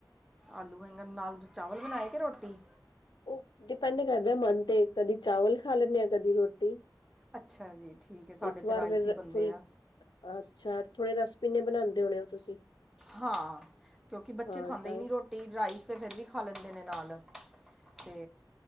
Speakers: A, in the centre; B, on the left.
A: ਆਲੂ ਬੈਗਨ ਨਾਲ ਚਾਵਲ ਬਨਾਏ ਕੇ ਰੋਟੀ।
B: ਉ ਡਿਪੈਂਡ ਕਰਦੈ ਮਨ ਤੇ, ਕਦੀ ਚਾਵਲ ਖਾ ਲੈਨੇ ਆ ਕਦੀ ਰੋਟੀ।
A: ਅੱਛਾ ਜੀ ਠੀਕ ਏ, ਸਾਡੇ
B: ਇਸ
A: ਤਾਂ
B: ਵਾਰ
A: ਰਾਈਸ
B: ਫਿਰ
A: ਈ ਬਨਦੇ
B: ਫੁਲ
A: ਆ।
B: ਅੱਛਾ ਥੋੜੇ ਰਸਪਿਨੇ ਬਨਾਦੇ ਹੋਣੇ ੳ ਤੁਸੀਂ।
A: ਹਾਂ ਕਿਉਂਕਿ ਬੱਚੇ
B: ਹਾਂ
A: ਖਾਂਦੇ
B: ਤਾਂ
A: ਈ ਨੀ ਰੋਟੀ ਰਾਈਸ ਤੇ ਫੇਰ ਵੀ ਖਾ ਲੈਂਦੇ ਨੇ ਨਾਲ। ਤੇ